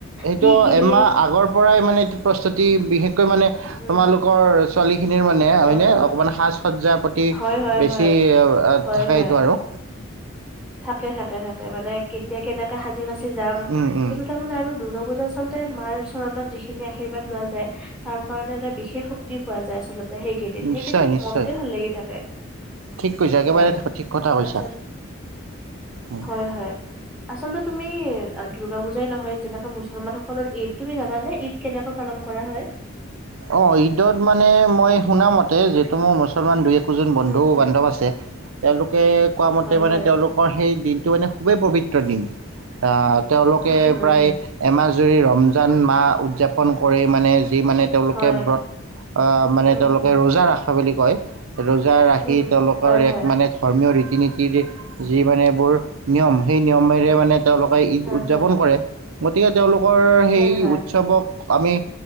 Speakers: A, on the right (about 80°); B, in the centre.
A: সেইটো
B: কি কিনিম
A: এমাহ আগৰ পৰাই মানে প্ৰস্তুতি বিশেষকৈ মানে
B: উম
A: তোমালোকৰ খিনিৰ মানে হয়
B: অ
A: নে
B: অ
A: সাঁজ সজ্জা
B: হয় হয়
A: বেছি
B: হয় হয়
A: থাকে
B: হয়
A: এইটো আৰু।
B: থাকে থাকে থাকে মানে কেতিয়া কেনেকে হাজিৰা, যাম
A: উম, উম,
B: কিন্তু তাৰমানে আৰু গপূজা আচলতে মাৰ চৰণত যিখিনি আশীৰ্বাদ লোৱা যায় তাৰ কাৰণে এটা বিশেষ শক্তি পোৱা যায় আচলতে সেইকেইদিন
A: নিশ্চয়
B: সেইকেইদিন
A: নিশ্চয়
B: মনটোয়ে ভাল লাগি থাকে
A: ঠিক কৈছা একেবাৰে
B: হয়
A: ঠিক কথা কৈছা
B: আচ্ছা।
A: উম,
B: হয় হয় আচলতে তুমি দুৰ্গা পূজাই নহয় যেনেকে মুছলমান সকলৰ ঈদ তুমি জানানে ঈদ কেনেকৈ পালন কৰা হয়।
A: অ ঈদত মানে মই শুনামতে যে ত মোৰ মুছলমান দুই জন বন্ধু
B: হুম হুম
A: বান্ধৱ আছে। তেওঁলোক কে কোৱা মতে
B: হয়
A: মানে
B: হয়
A: তেওঁলোকৰ সেই দিন এইটো মানে খুবেই পবিত্ৰ দিন। তেওঁলোকে
B: হুম হুম
A: প্ৰায়
B: হুম
A: এমাহ জৰি ৰমজান মাহ উদযাপ ণ কৰি মানে যি মানে তেওঁলোক
B: হয়
A: একে ব্ৰত মানে
B: হুম
A: তেওঁলোকে
B: হুম
A: ৰোজা ৰাস সেই বুলি কয় ৰোজা ৰাখি
B: হুম
A: তেওঁলোকৰ
B: হয় হয়
A: এক মানে ধৰ্মীয় ৰীত ৰীতি নীতিৰ যি মানে এইবোৰ নিয়ম সেই নিয়মেৰে মানে। তেওঁলোকে ঈদ
B: হয়
A: উদযাপন
B: হয়
A: কৰে। গতিকে তেওঁলোক? তেওঁ লোকৰ সেই
B: হয় হয়
A: উৎসৱক। আমি